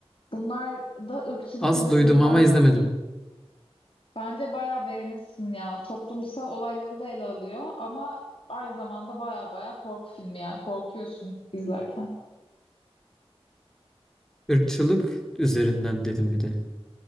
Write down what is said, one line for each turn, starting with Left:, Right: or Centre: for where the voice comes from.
Left: Bunlar da ırkçılık
Centre: Az
Left: üzerinden
Centre: duydum ama izlemedim.
Left: Bence bayağı beğenirsin ya. Toplumsal olayları da ele alıyor ama aynı zamanda bayağı bayağı korku filmi yani korkuyorsun izlerken.
Centre: Irkçılık üzerinden dedim bir de.